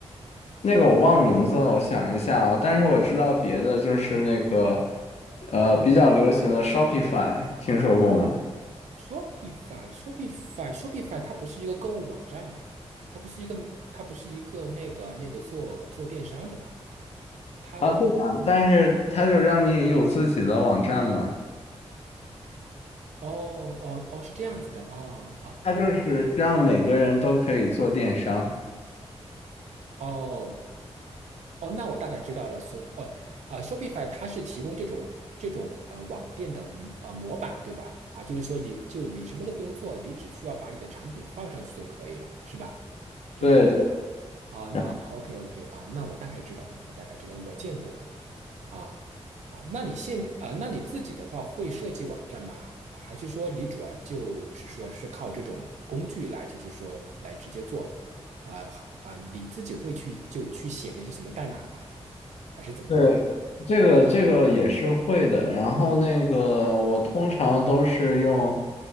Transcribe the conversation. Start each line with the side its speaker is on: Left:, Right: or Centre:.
Left: 那个我忘名字了，我想一下啊，但是我知道别的就是那个呃比较流行的 Shopify，听说过吗？
Right: ？Shopify Shopify Shopify 它不是一个购物网站吗？它不是一个它不是一个那个那个做做电商的吗？它
Left: 啊，对啊，但是它就让你有自己的网站嘛，
Right: 哦哦哦是这样子的哦哦。
Left: 它就是让每个人都可以做电商。
Right: 哦哦，那我大概知道了。所呃呃，Shopify 它是提供这种这种呃网店的模呃模板，对吧？啊，就是说你就你什么都不用做，你只需要把你的产品放上去就可以了，是吧？这个样
Left: 对对，
Right: 啊那啊，OK
Left: 然
Right: OK 啊，那我大概知道了，我大概知道了，我见过的。啊啊，那你现啊，那你自己的话会设计网站吗？啊，还是说你主要就是说是靠这种工具来，就是说来直接做啊啊，你自己会去就去写那些什么代码吗？还是怎么样？
Left: 对，这个这个也是会的。然后那个我通常都是用